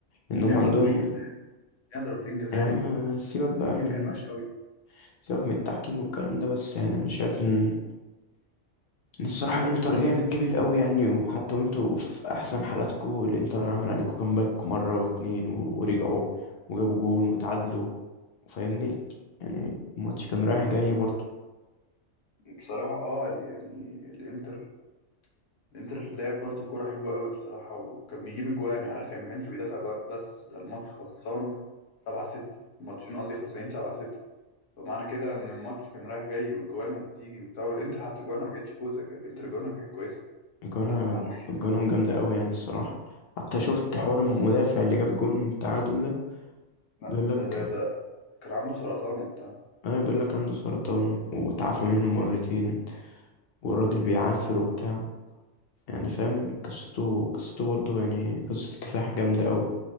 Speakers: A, on the left (about 60°); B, on the left (about 80°).
A: ان
B: بس
A: هم
B: ليها
A: عندهم
B: ضربتين جزاء ليها ضربتين جزاء
A: يا عم
B: يعني
A: سيبك بقى
B: التحكيم
A: من
B: كان وحش قوي
A: سيبك من التحكيم والكلام ده بس يعني انا شايف ان ان الصراحة انتر لعبت جامد قوي يعني وحتى وانتوا في احسن حالاتكوا الانتر عمل عليكوا كامباك مرة واتنين و- ورجعوا وجابوا جون وتعادلوا فاهمني يعني الماتش كان رايح جاي برضو
B: بصراحة اه ال- يعني الانتر الانتر لعب برضو كوره حلوه قوي بصراحه وكان بيجيب اجوان عارف يعني ما كانش بيدافع ب- بس ده الماتش خلصان 7 6 الماتشين قصدي خلصانين 7 6 فمعنى كده ان الماتش كان رايح جاي واجوان وبتيجي وبتاع والانتر حتى جوانها ما جتش كويسه الانتر جوانها كانت كويسه
A: جانا
B: بس ما اعرفش
A: جانهم جامدة أوي يعني الصراحة حتى شفت
B: اه
A: حوار المدافع اللي جاب جون التعادل ده
B: لا
A: بيقولك
B: ده ده ده كان عنده سرطان وبتاع
A: اه بيقولك عنده سرطان وتعافى منه مرتين والراجل بيعافر وبتاع يعني فاهم قصته قصته برضه يعني قصة كفاح جامدة أوي